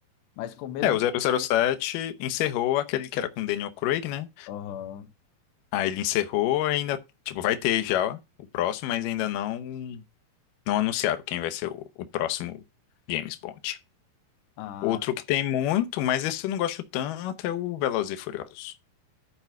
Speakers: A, on the left; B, on the left.
A: mas com o mesmo.
B: É, o zero zero sete encerrou aquele que era com Daniel Craig, né?
A: Aham.
B: Aí ele encerrou, ainda, tipo, vai ter já o próximo, mas ainda não não anunciaram quem vai ser o, o próximo James Bond.
A: Ah,
B: Outro que tem muito, mas esse eu não gosto tanto, é o Velozes e Furiosos.